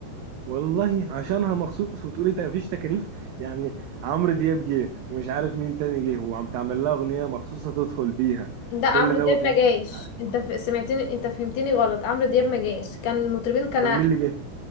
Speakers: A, on the right; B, on the left.
A: والله عشانها مخصوص وتقولي تا- مفيش تكاليف يعني عمرو دياب جه ومش عارف مين تاني جه وعم تعمل لها اغنيه مخصوصه تدخل بيها
B: لا عمرو
A: كل ده
B: دياب
A: وتقولي
B: ما جايش
A: مش عارف.
B: انت ف... سمعتني انت فهمتني غلط عمرو دياب ما جايش كان المطربين كان
A: امال مين اللي جه